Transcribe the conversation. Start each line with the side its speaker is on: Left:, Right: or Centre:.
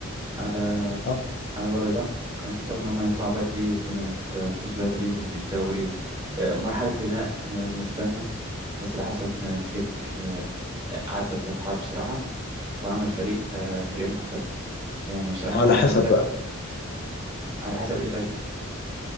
Right: على
Left: آه،
Right: على الوضع ده كانوا عاملين حسابهم إن هم يطلعوا بدري والدنيا هتبوظ بدري ومفيش دوري و... آه، مرحلة بناء آه، ونستنى بس اللي حصل إن فليك آه، عدى التوقعات بصراحة وعمل فريق آه، فريق محترم يعني بصراحة
Left: على
Right: محمد
Left: حسب
Right: هارد لك
Left: بقى
Right: على حسب إيه طيب